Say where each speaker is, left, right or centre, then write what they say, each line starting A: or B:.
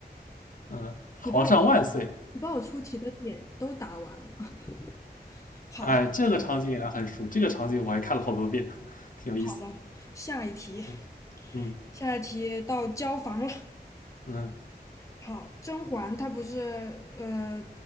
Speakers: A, on the left (about 50°); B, on the left (about 20°).
A: 嗯，皇上万岁！
B: 你把我你把我出题的点都答完了吗 <laughs> 好，
A: 哎，
B: 好
A: 这个场景也很熟，这个场景我还看了好多遍，<laughs> 挺有意思。
B: 的，下一题，
A: 嗯嗯
B: 下一题到交房了。
A: 嗯
B: 好，甄嬛她不是呃，